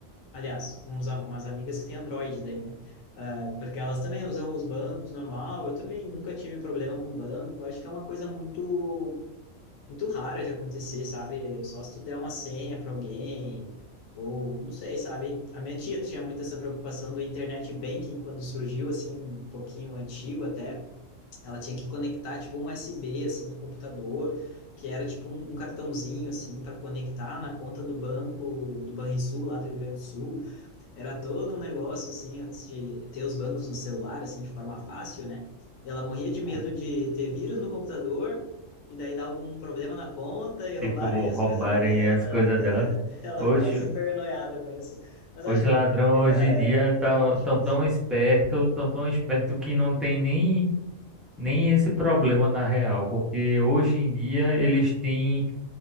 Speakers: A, on the left; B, in the centre.
A: aliás, uns, a- umas amigas que têm Android daí, né? Ah, porque elas também usam os bancos normal, eu também nunca tive problema com banco, acho que é uma coisa muito muito rara de acontecer, sabe? Só se tu der uma senha para alguém, ou não sei, sabe? A minha tia tinha muito essa preocupação do internet banking quando surgiu, assim, um pouquinho antigo até. Ela tinha que conectar, tipo, um USB, assim, no computador, que era, tipo, um, um cartãozinho, assim, para conectar na conta do banco, do Banrisul, lá do Rio Grande do Sul. Era todo um negócio, assim, antes de ter os bancos no celular, assim, de forma fácil, né? E ela morria de medo
B: Ou,
A: de ter vírus no computador e daí dar algum problema na conta e roubarem
B: Tipo,
A: as
B: roubarem
A: coisas dela.
B: as coisas
A: é,
B: dela.
A: <laughs> ela
B: Hoje,
A: ficava super noiada com isso. Mas acho
B: hoje
A: que
B: ladrão,
A: hoje em dia,
B: hoje
A: cara,
B: em dia, tá,
A: é muito difícil.
B: tão tão esperto, tão tão esperto que não tem nem nem esse problema na real, porque hoje em dia eles têm